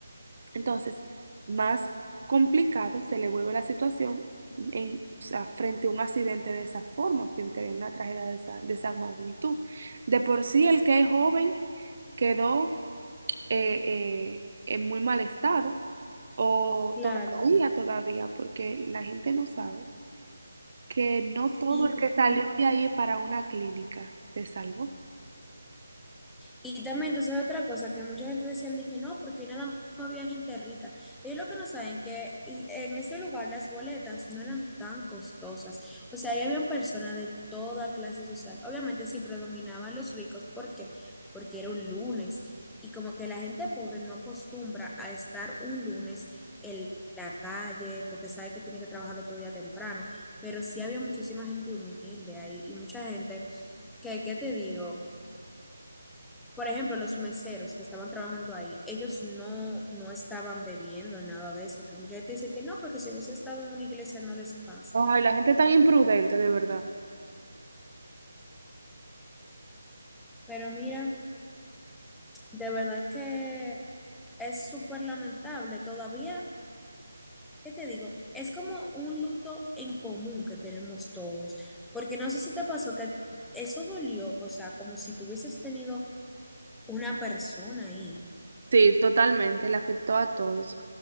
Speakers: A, on the right; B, in the centre.
A: entonces, más complicado se le vuelve la situación en, o sea, frente a un accidente de esa forma, frente a una tragedia de esa, de esa magnitud. De por sí, el que es joven quedó eh, eh, en muy mal estado, o
B: Claro.
A: todavía, todavía, porque la gente no sabe que no todo
B: Y,
A: el que salió
B: ujú.
A: de ahí para una clínica se salvó.
B: Y también, entonces, otra cosa que mucha gente decían de que no, porque nada más había gente rica. Ellos lo que no saben que en ese lugar las boletas no eran tan costosas. O sea, ahí habían personas de toda clase social. Obviamente, sí predominaban los ricos. ¿Por qué? Porque era un lunes. Y como que la gente pobre no acostumbra a estar un lunes en la calle, porque sabe que tiene que trabajar el otro día temprano. Pero sí había muchísima gente humilde ahí y mucha gente que, ¿qué te digo? Por ejemplo, los meseros que estaban trabajando ahí, ellos no, no estaban bebiendo nada de eso, que mucha gente dice que no, porque si hubiese estado en una iglesia no les pasa.
A: Ay, la gente tan imprudente, de verdad.
B: Pero mira, de verdad que es súper lamentable. Todavía, ¿qué te digo? Es como un luto en común que tenemos todos, porque no sé si te pasó que eso dolió, o sea, como si tuvieses tenido una persona ahí.
A: Sí, totalmente, le afectó a todos.